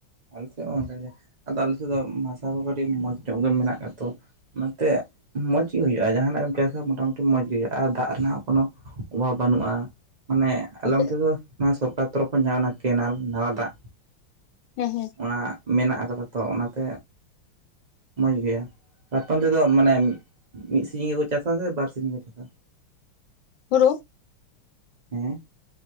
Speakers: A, on the right (about 40°); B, on the left (about 70°).
A: ᱟᱞᱮ ᱥᱮᱜ ᱦᱚᱸ ᱚᱝᱠᱟᱜᱮ ᱟᱫᱚ ᱟᱞᱮ ᱥᱮᱜ ᱫᱚ ᱦᱟᱥᱟ ᱠᱚ ᱠᱟᱹᱴᱤᱡ ᱢᱚᱡᱽ ᱧᱚᱜ ᱫᱚ ᱢᱮᱱᱟᱜ ᱠᱟᱜᱼᱟ ᱛᱚ ᱚᱱᱟᱛᱮ ᱢᱚᱸᱡᱽ ᱜᱮ ᱦᱩᱭᱩᱜᱼᱟ ᱡᱟᱦᱟᱸᱱᱟᱜ ᱜᱮᱢ ᱪᱟᱥᱟ ᱢᱳᱴᱟᱢᱩᱴᱤ ᱢᱚᱸᱡᱽ ᱜᱮ ᱦᱩᱭᱩᱜᱼᱟ ᱟ ᱫᱟᱜ ᱨᱮᱱᱟᱜ ᱠᱳᱱᱳ ᱚᱵᱷᱟᱵᱽ ᱵᱟᱹᱱᱩᱜᱼᱟ ᱾ ᱢᱟᱱᱮ ᱟᱞᱮ
B: ᱟᱯᱮ
A: ᱚᱱᱛᱮ ᱫᱚ <unintelligible> ᱥᱚᱨᱠᱟᱨ ᱛᱚᱨᱚᱯᱷ ᱠᱷᱚᱱ ᱡᱟᱦᱟ ᱚᱱᱟ ᱠᱮᱱᱮᱞ ᱱᱟᱣᱟ ᱫᱟᱜ
B: ᱦᱮᱸ ᱦᱮᱸ
A: ᱚᱱᱟ ᱢᱮᱱᱟᱜ ᱟᱠᱟᱫᱟ ᱛᱚ ᱚᱱᱟᱛᱮ ᱢᱚᱡᱽ ᱜᱮᱭᱟ ᱟᱯᱮᱢ ᱛᱮᱫᱚ ᱢᱟᱱᱮ ᱢᱤᱜ ᱥᱤᱡᱤᱝ ᱜᱮᱠᱚ ᱪᱟᱥᱟ ᱥᱮ ᱵᱟᱨ ᱥᱤᱡᱤᱝ ᱠᱚ ᱪᱟᱥᱟ?
B: ᱦᱩᱨᱩ
A: ᱦᱮᱸ